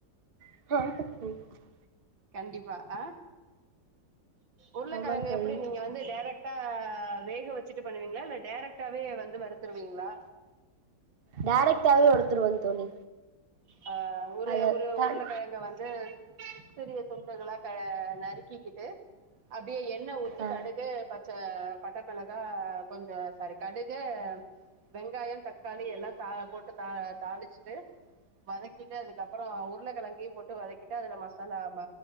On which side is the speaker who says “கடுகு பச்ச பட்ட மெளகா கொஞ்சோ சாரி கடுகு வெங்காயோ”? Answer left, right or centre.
Right